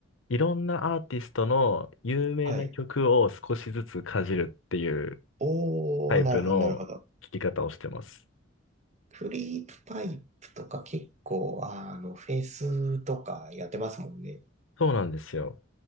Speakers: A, on the left (about 80°); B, on the right (about 35°).
A: いろんなアーティストの有名な曲を少しずつかじるっていう
B: はい。おー、
A: タイプの聴き方をしてます。
B: なるほど、なるほど。クリープパイプとか結構、あの、フェスとかやってますもんね。
A: そうなんですよ。